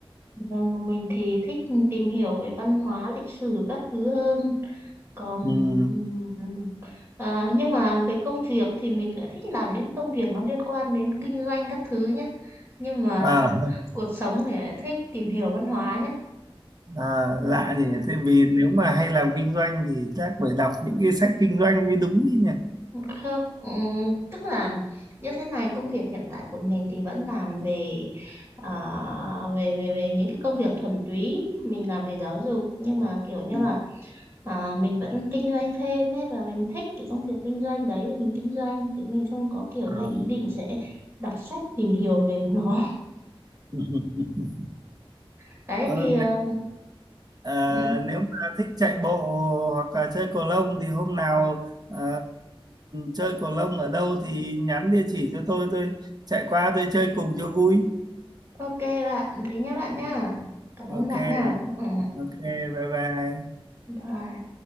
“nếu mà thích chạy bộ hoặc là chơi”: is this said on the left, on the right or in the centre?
Right